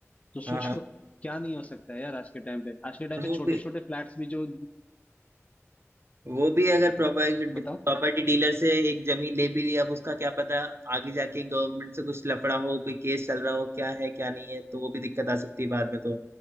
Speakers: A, on the left; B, on the right.
A: तो सोचो
B: हाँ हाँ
A: क्या नहीं हो सकता है यार आज के टाइम पे आज के टाइम पे
B: वो
A: छोटे
B: भी
A: छोटे फ्लैट्स भी जो
B: वो भी अगर प्रॉपर्टी
A: मतलब
B: प्रॉपर्टी डीलर से एक जमीन ले भी ली अब उसका क्या पता आगे जाके गवर्नमेंट से कुछ लफड़ा हो कोई केस चल रहा हो क्या है क्या नहीं है तो वो भी दिक्कत आ सकती है बाद में तो